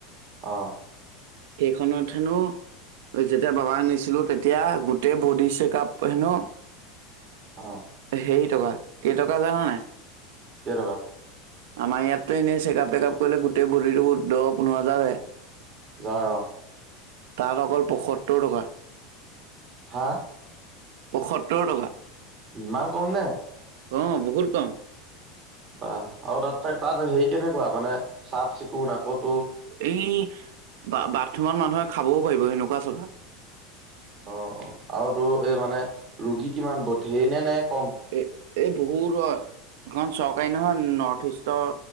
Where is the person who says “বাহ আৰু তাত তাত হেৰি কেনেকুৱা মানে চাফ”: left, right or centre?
Right